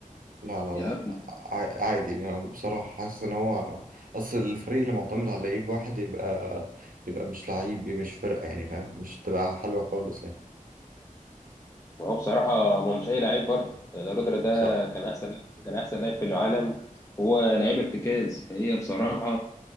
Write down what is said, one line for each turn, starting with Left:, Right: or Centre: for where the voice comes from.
Right: لا لا
Left: يا
Right: لا
Left: ابني
Right: ع- عادي ما- بصراحة حاسس ان هو اصل الفريق اللي معتمد على لعيب واحد يبقى يبقى مش لعيب مش فرقة يعني فاهم مش تبقى حلوة خالص يعني
Left: هو بصراحة ما هو مش أي لعيب برضه ده رودر ده
Right: صح
Left: كان أحسن كان أحسن لاعب في العالم وهو لعيب ارتكاز فهي بصراحة